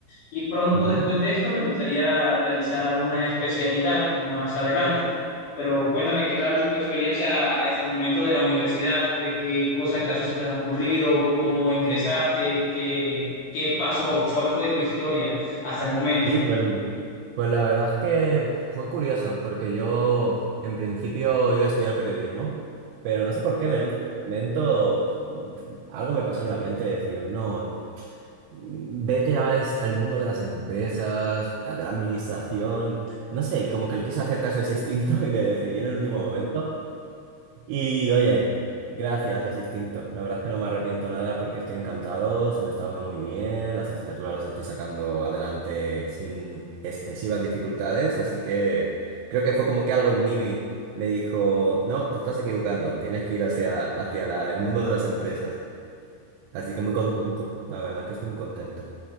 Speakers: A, on the left; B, on the right.
A: Y pronto
B: Ujú.
A: después de esto me gustaría realizar una especialidad más adelante. Pero cuéntame, ¿qué tal tu experiencia hasta el momento de la universidad? ¿Qué, qué cosas graciosas te han ocurrido? ¿Cómo ingresaste? ¿Qué, qué pasó? ¿Cuál fue tu historia hasta el momento?
B: Sí, pues. Pues la verdad es que fue curioso, porque yo en principio iba a estudiar periodismo, pero no sé por qué en el último momento pf, algo me pasó en la mente de decir, no, vete a es- al mundo de las empresas, a- de la administración, no sé, como que le quise hacer caso de ese instinto <laughs> y me decidí en el último momento y oye, gracias a ese instinto. La verdad es que no me arrepiento nada porque estoy encantado, se me está dando muy bien, las asignaturas las estoy sacando adelante sin excesivas dificultades, así que creo que fue como que algo en mí me dijo, no, te estás equivocando, tienes que ir hacia, hacia la- el mundo de las empresas. Así que muy contento, la verdad que estoy muy contento.